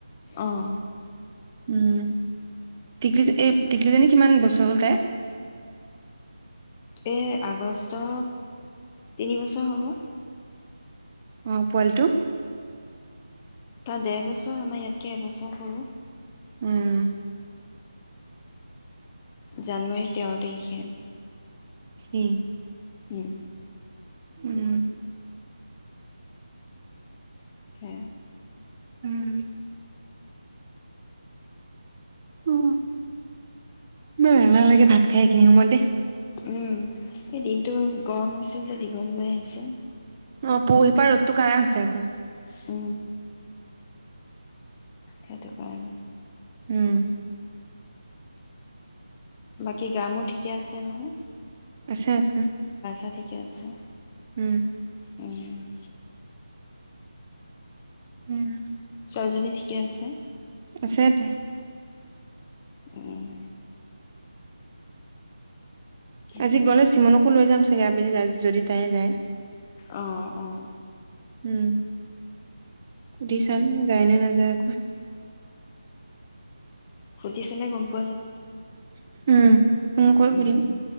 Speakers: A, on the left; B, on the right.
A: আহ
B: উম টিকলি এই টিকলিজনী কিমান বছৰ হল তাই
A: এ আগষ্টৰ তিনি বছৰ হ'ব
B: অ পোৱালিটো
A: তাৰ দেেৰ বছৰ আমাৰ ইয়াতকে এবছৰ সৰুো
B: উম
A: জানুৱাৰী তেৰ তাৰিখে
B: হম
A: উম
B: উম
A: স
B: উম উম ব ন নাল লাগে ভাত খাই সিনি সময় দ
A: উম এই দিনটো গৰম হৈছে যে দীঘল মাই আহিছে
B: অ পঢহি পাৰ তো ক হৈছে আকৌ
A: উ সেইটো কাৰণে
B: উম,
A: বাকী গামো ঠিকে আছে নহয়
B: আছো আছা
A: া ঠিকে আছে
B: উম
A: উম
B: উম
A: ছোৱালীজনী ঠিকে আছে
B: আছেতে
A: উম। উম।
B: আজি গ'লে চিমনকো লৈ যাম চ আ বুলিলি আজি যদি তাই যায়।
A: আহ আহ।
B: উম। সুধি
A: সেয়াই
B: চাম যায় নে নাযায় আকৌ
A: সুধিছেনে গম পাই।
B: উ উম। ফোনকৈ
A: উম,
B: সুধিম।